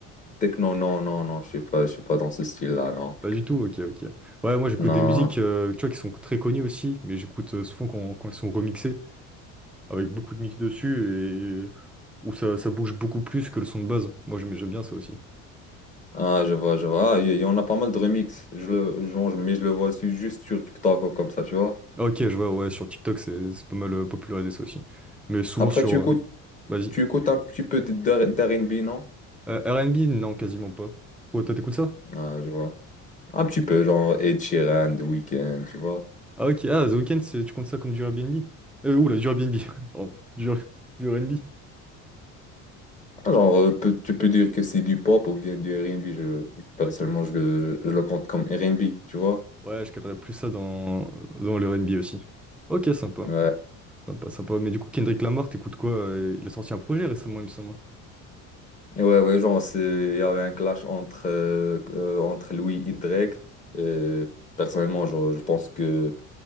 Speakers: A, on the left (about 25°); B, in the centre.
A: Techno, non, non, non, je suis pas, je suis pas dans ce style-là, non.
B: Pas du tout, ok, ok. Ouais, moi j'écoute
A: Non.
B: des musiques, euh, tu vois, qui sont très connues aussi, mais j'écoute euh, souvent quand, quand elles sont remixées. avec beaucoup de mix dessus et où ça, ça bouge beaucoup plus que le son de base. Moi, j'aime j'aime bien ça aussi.
A: Ah, je vois, je vois. Ah, il y, il y en a pas mal de remix. Je le, genre, je- mais je le vois su- juste sur TikTok ou comme ça, tu vois.
B: Ah, Ok, je vois, ouais, sur TikTok, c'est c'est pas mal euh, popularisé ça aussi. Mais souvent
A: Après,
B: sur.
A: tu écoutes,
B: euh, Vas-y.
A: tu écoutes un petit peu de- d'R- d'R&B, non?
B: Euh, R&B, non, quasiment pas. Oh, toi, t'écoutes ça?
A: Ah, je vois. Un petit peu, genre Ed Sheeran, The Weeknd, tu vois.
B: Ah, ok, ah, The Weeknd, c'est- tu comptes ça comme du Airbnb? Euh, oula, du Airbnb, <laughs> pardon, du, du R&B.
A: Ah, Genre, euh, peut- tu peux dire que c'est du pop ou bien du R&B. Je,
B: Ok.
A: personnellement, je, le- je le compte comme R&B, tu vois.
B: Ouais, je calerais plus ça dans, dans le R&B aussi. Ok, sympa.
A: Ouais.
B: Sympa, sympa. Mais du coup, Kendrick Lamar, t'écoutes quoi? euh, Il a sorti un projet récemment, il me semble.
A: Ouais, ouais, genre, c'est- il y avait un clash entre, euh, euh, entre Louis et Drake. Et personnellement, genre, je pense que